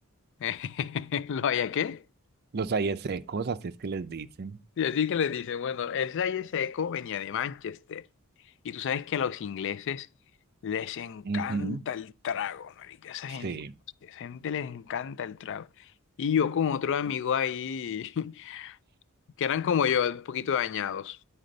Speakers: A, on the left (about 55°); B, on the right (about 45°).
A: <laughs> ¿Lo haya qué?
B: Los aires secos, así es que les dicen.
A: Y así que les dicen, bueno, ese aire seco venía de Manchester. Y tú sabes que a los ingleses les encanta
B: Ujú,
A: el trago, marica. Esa
B: Sí.
A: gente, esa gente les encanta el trago. Y yo con otro amigo ahí, <laughs> que eran como yo, un poquito dañados,